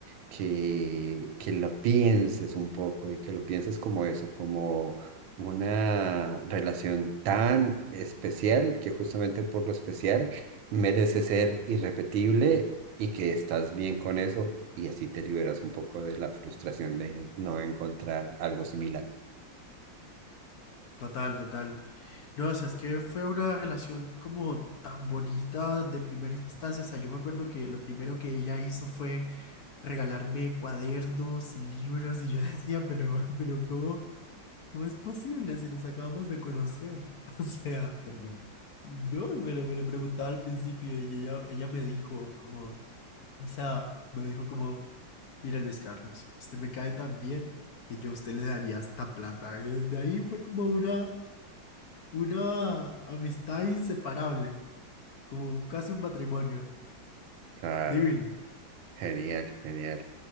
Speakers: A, on the right; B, on the left.
A: que, que lo pienses un poco y que lo pienses como eso, como una relación tan especial que justamente por lo especial merece ser irrepetible y que estás bien con eso y así te liberas un poco de la frustración de no encontrar algo similar.
B: Total, total. No, o sea, es que fue una relación como tan bonita de primera instancia. O sea, yo me acuerdo que lo primero que ella hizo fue regalarme cuadernos y libros y yo <laughs> decía, pero, pero ¿cómo, cómo es posible si nos acabamos de conocer? <laughs> O sea, no, y me lo, me lo preguntaba al principio y ella, ella me dijo como, o sea, me dijo como, mira Luis Carlos, usted me cae tan bien que yo a usted le daría hasta plata. Y desde ahí fue como una una amistad inseparable, como casi un matrimonio.
A: Claro,
B: Divino.
A: genial, genial.